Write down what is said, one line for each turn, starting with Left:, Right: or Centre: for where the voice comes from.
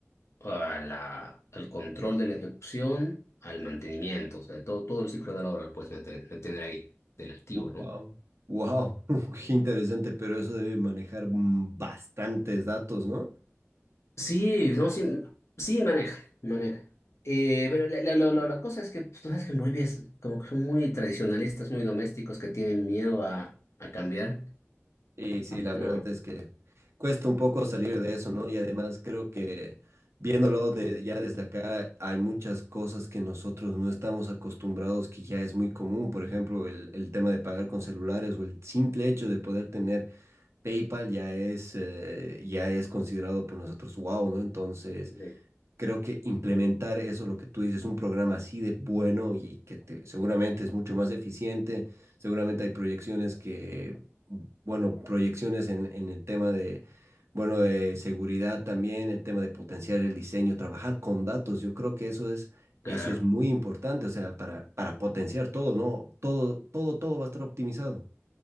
Left: a la- al control de la ejecución, al mantenimiento, o sea, todo, todo el ciclo de la obra, pues me, te- me tendré ahí del activo,
Right: Wow.
Left: ¿no?
Right: Wow, <laughs> qué interesante, pero eso debe manejar mm, bastantes datos, ¿no?
Left: Sí, no, sí, sí, maneja, maneja. Eh, pero la, la, la- la- la cosa es que pues, tú sabes que en Bolivia es como que son muy tradicionalistas, muy domésticos, que tienen miedo a, a cambiar.
Right: Y sí, la
Left: No,
Right: verdad es que cuesta un poco salir de eso, ¿no? Y además creo que viéndolo de, ya desde acá, hay muchas cosas que nosotros no estamos acostumbrados, que ya es muy común. Por ejemplo, el, el tema de pagar con celulares o el simple hecho de poder tener PayPal ya es, eh, ya es considerado por nosotros wow, ¿no? Entonces
Left: Sí.
Right: creo que implementar eso, lo que tú dices, un programa así de bueno y que te- seguramente es mucho más eficiente, seguramente hay proyecciones que, bueno, proyecciones en, en el tema de, bueno, de seguridad también, el tema de potenciar el diseño, trabajar con datos, yo creo que eso es, eso
Left: claro.
Right: es muy importante, o sea, para, para potenciar todo, ¿no? Todo, todo, todo va a estar optimizado.